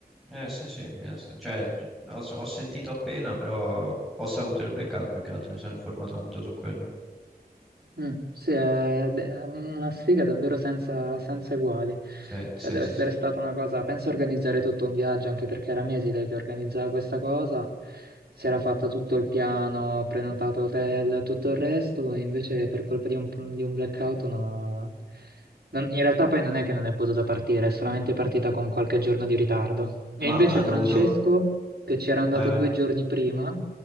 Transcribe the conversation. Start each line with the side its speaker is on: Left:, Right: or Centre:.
Centre: Eh sì sì, mi ha- cioè, ho, ho sentito appena, però ho saputo il blackout più che altro, mi sono informato tanto su quello.
Right: Mm, sì, è d- è una sfiga davvero senza, senza uguali.
Centre: Sì,
Right: Cioè,
Centre: sì,
Right: deve
Centre: sì,
Right: essere
Centre: sì.
Right: stata una cosa. Penso a organizzare tutto un viaggio, anche perché era mesi lei che organizzava questa cosa. Si era fatta tutto il piano, prenotato hotel, tutto il resto, e invece per colpa di un, di un blackout non ha- non- in realtà poi non è che non è potuta partire, è solamente partita con qualche giorno di ritardo. E
Centre: Ma
Right: invece
Centre: ha dovuto...
Right: Francesco, che c'era andato
Centre: Vai, vai.
Right: due giorni prima,